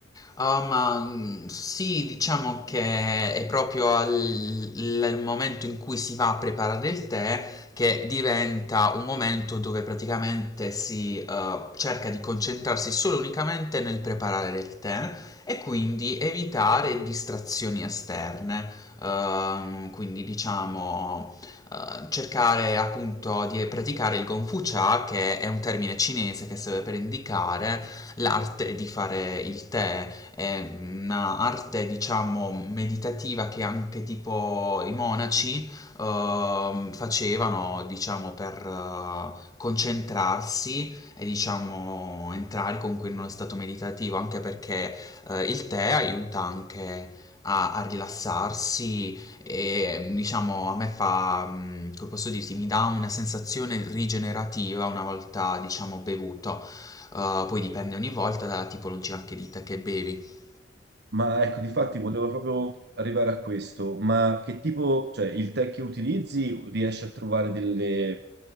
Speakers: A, on the left; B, on the right.
A: Ah, ma mm, sì, diciamo che è proprio al il momento in cui si va a preparare il tè che diventa un momento dove praticamente si eh, cerca di concentrarsi solo e unicamente nel preparare il tè e quindi evitare distrazioni esterne. Ehm, quindi diciamo eh, cercare appunto di praticare il Gongfu Cha, che è un termine cinese che serve per indicare l'arte di fare il tè, è un'arte diciamo meditativa che anche tipo i monaci ehm, facevano diciamo per eh, concentrarsi e diciamo entrare comunque in uno stato meditativo, anche perché eh, il tè aiuta anche a, a rilassarsi e diciamo a me fa, mh, come posso dirti, mi dà una sensazione rigenerativa una volta diciamo bevuto. Eh, poi dipende ogni volta dalla tipologia anche di tè che bevi.
B: Ma ecco, difatti volevo proprio arrivare a questo, ma che tipo, cioè il tè che utilizzi riesci a trovare delle